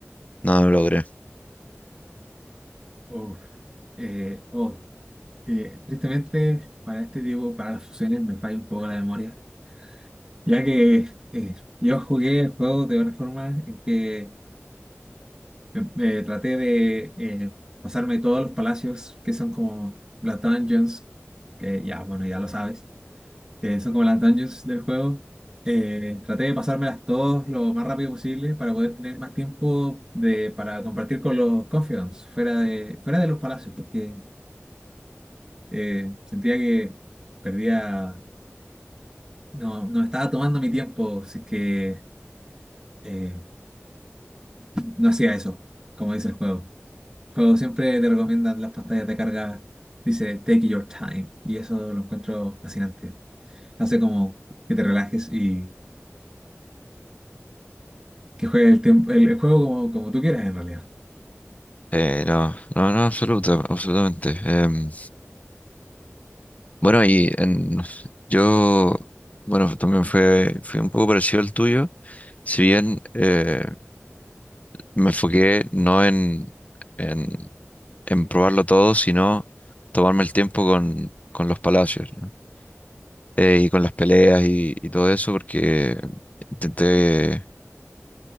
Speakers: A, on the left; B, on the right.
A: no lo logré.
B: Uf. Eh, oh, eh, tristemente, para este tipo, para las fusiones, me falla un poco la memoria. Ya que eh, yo jugué el juego de una forma en que me- me traté de eh, pasarme todos los palacios que son como las dungeons, que ya, bueno, ya lo sabes. que son como las dungeons del juego. Eh, traté de pasármelas todas lo más rápido posible para poder tener más tiempo de, para compartir con los confidants fuera de, fuera de los palacios, porque eh, sentía que perdía, no, no estaba tomando mi tiempo, así que eh, no hacía eso, como dice el juego. El juego siempre te recomiendan las pantallas de carga, dice take your time, y eso lo encuentro fascinante. Hace como que te relajes y Que juegue el tiempo, el juego como, como tú quieras en realidad.
A: Eh, no, no, no, absoluta, absolutamente. Em, bueno, y en, yo, bueno, también fue, fue un poco parecido al tuyo. Si bien eh, me enfoqué no en, en, en probarlo todo, sino tomarme el tiempo con, con los palacios, ¿no? Eh, y con las peleas y, y todo eso, porque intenté